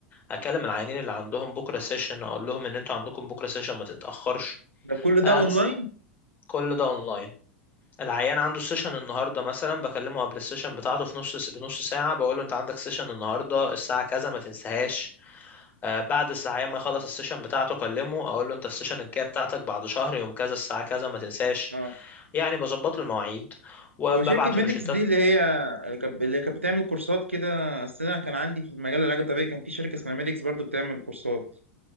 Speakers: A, on the left; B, on the right.
A: اكلم العيانين اللي عندهم بكرة سيشن اقول لهم ان انتوا عندكم بكرة سيشن ما تتأخرش
B: ده كل
A: آه،
B: ده اونلاين
A: س- كل ده اونلاين العيان عنده سيشن النهارده مثلا بكلمه قبل السيشن بتاعته في نص بنص ساعة بقول له انت عندك سيشن النهارده الساعة كذا ما تنساهاش آه، بعد الساعة ما يخلص السيشن بتاعته أكلمه أقول له أنت السيشن الجاية بتاعتك بعد شهر يوم كذا الساعة كذا ما تنساش
B: اه
A: يعني بظبط له المواعيد وببعت
B: هو شركة ميديكس
A: له روشتات
B: دي اللي هي اللي كانت اللي كانت بتعمل كورسات كده اصل انا كان عندي في مجال العلاج الطبيعي كان في شركة اسمها ميديكس برضو بتعمل كورسات